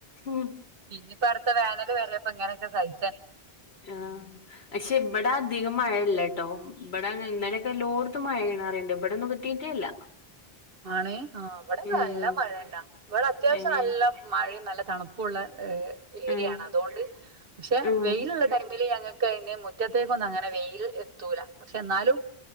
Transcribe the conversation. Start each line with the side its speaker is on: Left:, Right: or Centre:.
Left: ഉം
Right: ഇനിയിപ്പ അടുത്ത വേനലു വരപ്പ ഇങ്ങനെയൊക്കെ സഹി
Left: ആ ശ്ശേ ഇവിടധികം മഴയില്ലേട്ടോ ഇവിട ഇന്നേലൊക്കെ ലോഡ് ത്തു മഴയിണറിയെണ്ടു ഇബിടുന്നു കിട്ടീട്ടേ ഇല്ല
Right: ആണേ ആ അവിടെ
Left: ഉം
Right: നല്ല മഴേന്നാ ഇവിടത്യാശം
Left: ഏഹ്
Right: നല്ല മഴേം നല്ല തണുപ്പുള്ള ഏ ഏരിയാണ്
Left: ആഹ്
Right: അതോണ്ട് പക്ഷെ
Left: ഉം
Right: വെയിലുള്ള ടൈമിലെ ഞങ്ങക്ക് അയിന് മുറ്റത്തേക്കൊന്നും അങ്ങനെ വെയിൽ എത്തൂല പക്ഷെ എന്നാലും